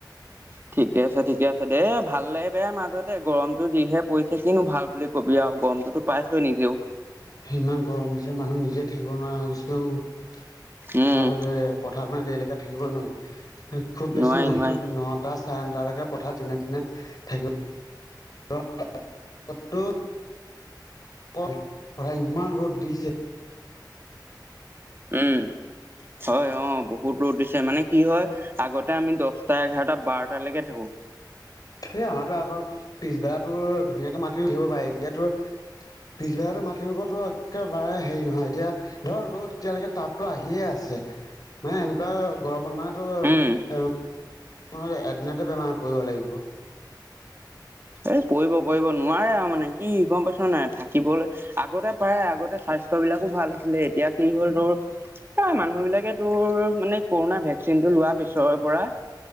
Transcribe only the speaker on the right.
ঠিকে আছে ঠিকে আছে দে ভাল লাগে বে মাজতে গৰমতটো যিহে পৰিছে কিনো ভাল বুলি কবি আৰু গৰমটো। টো পাইছই নিজেও।
উম
নোৱাৰি
নোৱাৰি
উম, হয়। অ, বহুত ৰ'দ দিছে মানে কি হয়। আগতে আমি দহটা, এঘাৰটা, বাৰটালৈকে থাকো।
উম
এ পৰিব- পৰিব নোৱাৰে আৰু মানে। কি গম পাইছ ন, থাকিবলৈ আগতে পাৰে, আগতে স্বাস্থ্য বিলাকো ভাল আছিলে। এতিয়া কি হ'ল তোৰ মানুহ বিলাকে তোৰ মানে কৰোণনা ভেকচিনটো লোৱাৰ পিছৰ পৰা